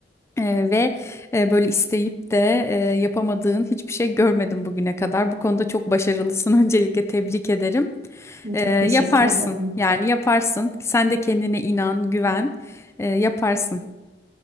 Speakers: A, on the left (about 15°); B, on the right (about 40°).
A: Ee, ve e, böyle isteyip de e, yapamadığın hiçbir şey görmedim bugüne kadar. Bu konuda çok başarılısın. <laughs> Öncelikle tebrik ederim. Ee,
B: Çok
A: yaparsın
B: teşekkür ederim.
A: yani yaparsın. Sen de kendine inan, güven. Ee, yaparsın.